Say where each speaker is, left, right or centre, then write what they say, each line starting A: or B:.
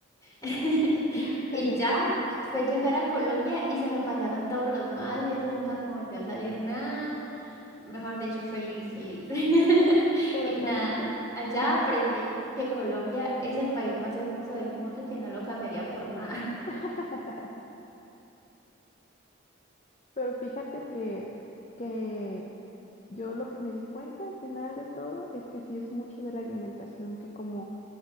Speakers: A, on the left (about 15°); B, on the left (about 35°).
A: <laughs>
B: <laughs>
A: Y ya fue llegar a Colombia y se me pasaron todos los males, nunca me volvió a salir nada. Mejor dicho, feliz, feliz. <laughs>
B: Pero
A: Y
B: ¿sabes
A: nada,
B: qué?
A: allá
B: Que yo
A: aprendí
B: creo...
A: que Colombia es el país más hermoso del mundo y que no lo cambiaría por nada.
B: <laughs> Pero fíjate que, que yo lo que me di cuenta al final de todo es que sí es mucho de la alimentación, que como